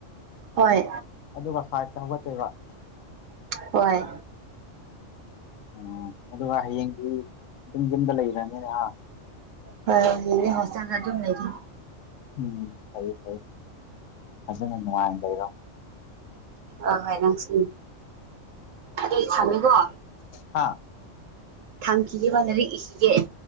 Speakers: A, on the right; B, on the left.
A: ꯍꯣꯏ
B: ꯑꯗꯨꯒ ꯐꯥꯢꯐꯇ ꯍꯧꯒꯠꯇꯣꯏꯕ
A: ꯍꯣꯏ
B: ꯑꯣ ꯑꯗꯨꯒ ꯍꯌꯦꯡꯗꯤ ꯗꯨꯝ ꯌꯨꯝꯗ ꯂꯩꯔꯅꯤꯅꯦ ꯍꯥ
A: ꯍꯣꯏ ꯍꯣꯏ ꯍꯌꯦꯡꯗꯤ ꯍꯣꯁꯇꯦꯜꯗ ꯑꯗꯨꯝ ꯂꯩꯗꯣꯢꯅꯦ
B: ꯎꯝ ꯐꯩ ꯐꯩ ꯐꯖꯅ ꯅꯨꯡꯉꯥꯏ ꯂꯩꯔꯣ
A: ꯑ ꯍꯣꯏ ꯅꯪꯁꯨ ꯑꯗꯨꯗꯤ ꯊꯝꯃꯦꯀꯣ
B: ꯍꯥꯥ
A: ꯊꯝꯈꯤꯒꯦꯕꯥ ꯂꯥꯢꯔꯤꯛ ꯏꯈꯤꯒꯦ